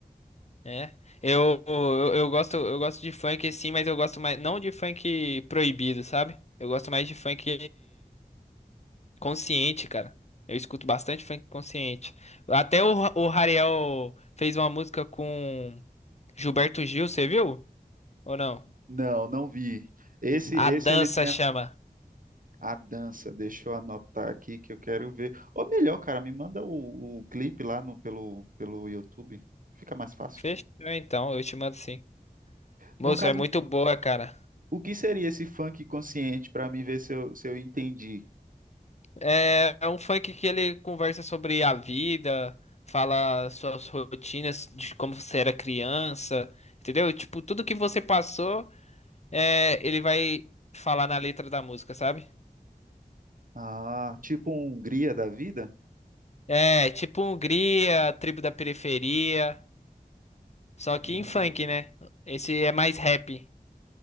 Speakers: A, on the left (about 45°); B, on the right (about 60°).
A: É. Eu, eu, eu gosto, eu gosto de funk sim, mas eu gosto mais não de funk proibido, sabe? Eu gosto mais de funk consciente, cara. Eu escuto bastante funk consciente. Até o, Ra- o Rariel fez uma música com Gilberto Gil, você viu? Ou não?
B: Não, não vi. Esse,
A: A
B: esse
A: dança
B: ele tem
A: chama.
B: A dança, deixa eu anotar aqui que eu quero ver. Ou melhor, cara, me manda o, o clipe lá no, pelo, pelo YouTube. Fica mais fácil.
A: Fechou então, eu te mando sim. Moço,
B: No caso,
A: é muito boa, cara.
B: o que seria esse funk consciente para mim ver se eu, se eu entendi?
A: É, é um funk que ele conversa sobre a vida, fala suas rotinas de como você era criança, entendeu? Tipo, tudo que você passou, é, ele vai falar na letra da música, sabe?
B: Ah, tipo um Hungria da vida?
A: É, tipo Hungria, tribo da periferia, só que em
B: Ah.
A: funk, né? Esse é mais rap.